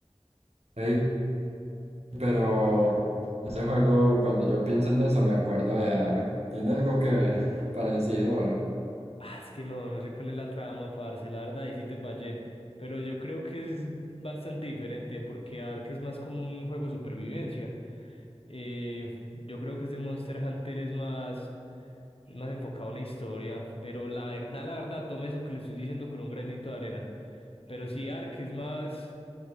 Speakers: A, on the right (about 75°); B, on the left (about 60°).
A: Ey, pero ese juego, cuando yo pienso en eso, me acuerdo de Ark. ¿Tiene algo que ver? <laughs> Parecido o algo.
B: Ah, es que no, no sé cuál es la trama, parce, la verdad, ahí sí te fallé. Pero yo creo que es bastante diferente porque Ark es más como un juego de supervivencia. Eh, yo creo que ese Monster Hunter es más. es más enfocado a una historia, pero la verdad, la verdad, tome eso que le estoy diciendo con un granito de arena. Pero sí, Ark es más